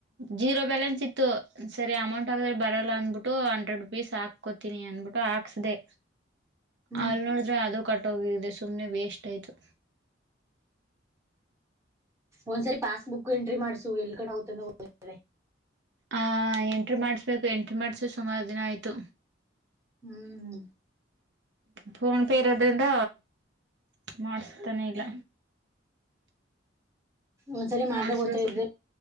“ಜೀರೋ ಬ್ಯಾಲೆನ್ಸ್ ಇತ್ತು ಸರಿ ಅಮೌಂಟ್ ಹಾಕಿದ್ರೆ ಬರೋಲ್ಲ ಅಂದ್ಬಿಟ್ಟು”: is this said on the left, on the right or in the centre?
Right